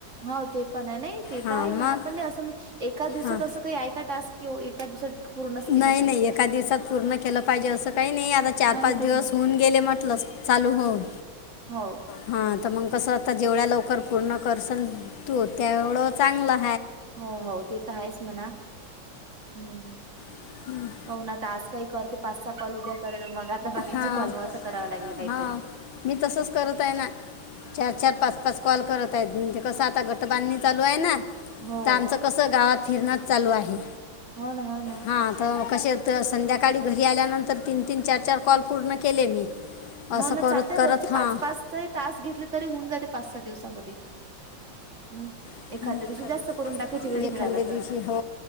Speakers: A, on the right; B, on the left.
A: हो ते पण आहे नाही ते
B: हां
A: तर आहे म्हणा
B: मग
A: पण नाही असं एका दिवसात
B: हां
A: असं काही ऐका टास्कि एका दिवसात पूर्णच केलं
B: नाही
A: पाहिजे
B: नाही
A: असं
B: एका दिवसात पूर्ण केलं पाहिजे असं काही नाही आता चार
A: हा
B: पाच
A: मी तेच
B: दिवस
A: म्हण
B: होऊन गेले म्हटलस चालू होऊन
A: हो
B: ह अता मग कसं आता जेवढ्या लवकर पूर्ण करसल तू त्यावढं चांगला
A: हो हो ते तर आहेच म्हणा हम्म
B: <inaudible>
A: होऊ ना आता आज काही करते पाच स कॉल उद्या करेल मग आता बाकीचे
B: हां
A: कॉल मग असं करावा लागेल काहीतरी
B: हां मी तसच करत आहे ना चार चार पाच - कॉल करत आहेत ना म्हणजे कस आता गट बांधणी चालू आहे ना
A: हो
B: तर आमचं कसं गावात फिरणच चालू आहे
A: हो ना हो ना
B: हां त कसे तर संध्याकाळी घरी आल्यानंतर तीन तीन चार चार कॉल पूर्ण केले मी
A: हो
B: असं
A: ना
B: करत
A: चालते
B: करत
A: रोजचे
B: हां
A: पाच पाचही टास्क घेतले तरी होऊन जाते पाच सहा दिवसामध्ये हम्म
B: <inaudible>
A: एखाद्या
B: म्हणजे
A: दिवशी जास्त करून टाकायची वेळ मिळाला
B: खंडे दिवशी
A: तर
B: हो